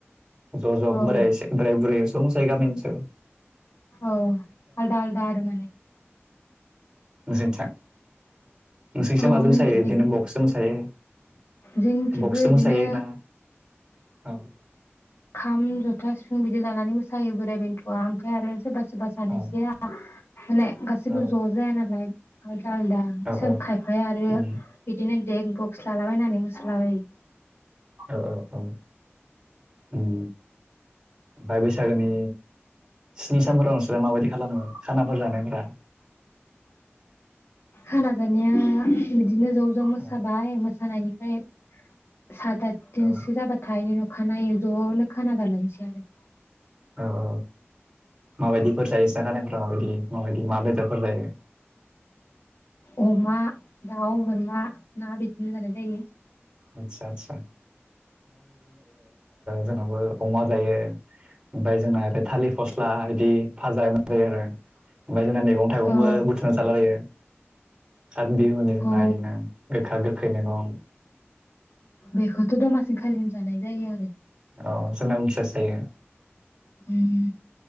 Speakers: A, on the right; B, on the left.
A: ओ ज' ज
B: औ
A: बोराय एसे बोराय बुरै एस दंसै गामि ओनसोल
B: औ आलदा आलदा आरो माने
A: <unintelligible> नोंसिंसा
B: औ
A: माजों
B: जोंनिथिंबो
A: मोसायो इदिनो बक्सजों मोसायो
B: जोंनिथिंबो
A: बक्सो
B: इदिनो
A: मोसायो ना औ
B: खाम जथा सिफुं बिदि लानानै मोसायो बोराइ बेन्थ'आ ओमफ्राय आरो सोरबा स बा सानैसोआ
A: औ
B: माने गासिबो
A: औ
B: ज' जाया नालाय हार आलदा आलदा सोर
A: औ
B: खायफाया आरो
A: उम
B: बिदिनो देख बक्स लालाबायनानै मोसालाबायो
A: ओ ओ औ उम फाय बैसागोनि स्नि सानफोराव नोंस्रा माबायदि खालामो खानाफोर जानायफोरा
B: खाना जानाया बि दिनो ज' ज' मोसाबाय
A: औ
B: मोस सानायनिफ्राय सात आत
A: औ
B: दिनसो जाबाथाय अखानायो ज' खाना जालायनोसै आरो
A: औ औ माबायदिफोर जायो एसे हानायफोर <unintelligible> माबायदि माबायदि मा बेदरफोर जायो
B: अमा दाउ बोरमा ना बिदिनो जानाय जायो
A: आदसा आदसा जोंहाबो अमा जायो ओमफाय जोंना आरो थालिर फस्ला बिदि भाजा एवना जायो आरो ओमफाय जोंना मेगं थाइगंबो
B: औ
A: बुथुमना जालाबायो खाथ बिहुनि
B: औ
A: <unintelligible> गोखा गोखै मैगं
B: बेखौथ' दमासिन खालिनो जानाय जायो आरो
A: अ अ जोंना उनखैजासो जायो
B: उम